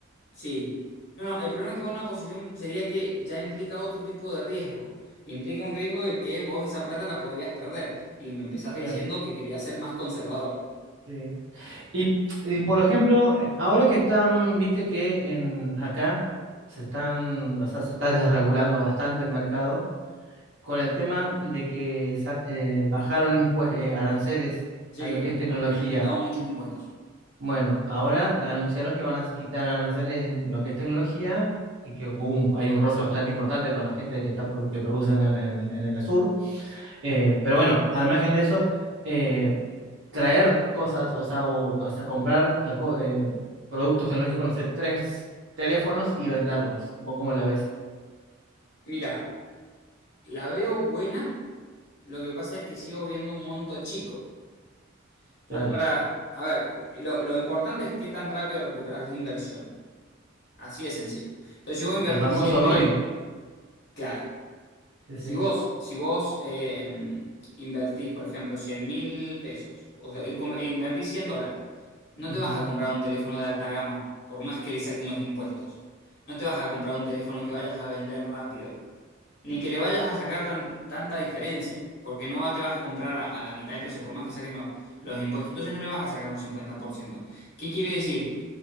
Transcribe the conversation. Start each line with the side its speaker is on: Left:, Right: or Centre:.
Left: Sí. No, no, el problema de tomar una posición sería que ya implica otro tipo de riesgo. Implica un riesgo de que vos esa plata la podrías perder. Y me empezaste
Right: Claro,
Left: diciendo que querías ser más conservador.
Right: sí. Y, y, por ejemplo, eh, ahora que están, viste que en acá se están, o sea, se está desregulando bastante el mercado con el tema de que sa- eh, bajaron impue- eh, aranceles
Left: Sí,
Right: a lo que es tecnología.
Left: han, han quitado muchos impuestos.
Right: Bueno, ahora anunciaron que van a quitar aranceles en lo que es tecnología y que hubo un- hay un roce bastante importante con la gente que está produ- que produce en el, en el- en el sur. Eh, pero bueno, al margen de eso, eh, traer cosas, o sea, o, o sea, comprar a co- eh, productos tecnológicos, no sé, tres teléfonos y venderlos. ¿Vos cómo la ves?
Left: Mira, la veo buena. Lo que pasa es que sigo viendo un monto chico. Pues
Right: Claro.
Left: para, a ver, lo, lo importante es qué tan rápido recuperas la inversión. Así de sencillo. Entonces, si vos invertís
Right: El famoso
Left: cien mil,
Right: Roy
Left: claro.
Right: Sí,
Left: Si
Right: sí.
Left: vos, si vos eh, invertís, por ejemplo, cien mil pesos, o sea, in- invertís 100 dólares, no
Right: Ujú.
Left: te vas a comprar un teléfono de alta gama, por más que le saquen los impuestos. No te vas a comprar un teléfono que vayas a vender rápido. Ni que le vayas a sacar tan- tanta diferencia, porque no va- te vas a comprar a, a la mitad de precio, por más que saquen los, los impuestos. Entonces no le vas a sacar un 50%. ¿Qué quiere decir?